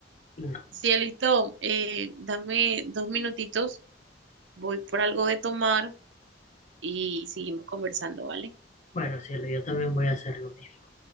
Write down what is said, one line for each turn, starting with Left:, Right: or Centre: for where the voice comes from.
Left: no.
Right: Cielito, eh, dame dos minutitos, voy por algo de tomar y seguimos conversando, ¿vale?
Left: Bueno, cielo, yo también voy a hacer lo mismo.